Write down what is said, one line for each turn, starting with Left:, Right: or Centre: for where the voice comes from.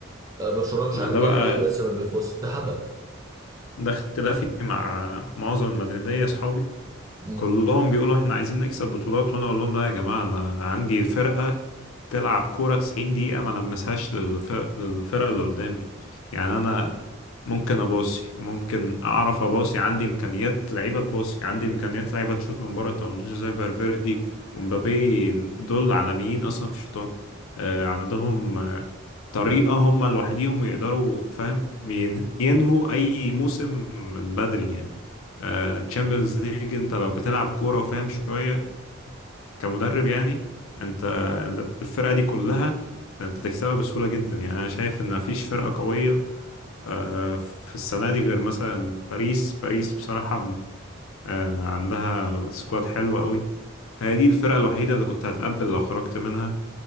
Right: آه، برشلونه مش
Left: ما
Right: عارف
Left: ده
Right: بيعمل
Left: بقى
Right: ايه بس ما بيفوزش ده هبل
Left: ده اختلافي مع معظم المدريدية اصحابي
Right: مم.
Left: كلهم بيقولوا احنا عايزين نكسب بطولات وانا اقول لهم لا يا جماعة انا عندي الفرقة تلعب كورة 90 دقيقة ما لمسهاش للفرق للفرقة اللي قدامي يعني انا ممكن اباصي ممكن اعرف اباصي عندي امكانيات لعيبة تباصي عندي امكانيات لعيبة تشوط من بره التمنتاشر زي فالفيردي ومبابي دول عالميين اصلا في الشوطات آه، عندهم طريقة هم لوحديهم يقدروا فاهم ين- ينهوا أي موسم من بدري يعني تشامبيونز ليج أنت لو بتلعب كورة وفاهم شوية كمدرب يعني أنت الفرقة دي كلها أنت تكسبها بسهولة جدا يعني أنا شايف إن مفيش فرقة قوية آه، في السنة دي غير مثلا باريس باريس بصراحة م- آه، عندها سكواد حلو قوي هي دي الفرقة الوحيدة اللي كنت هتقبل لو خرجت منها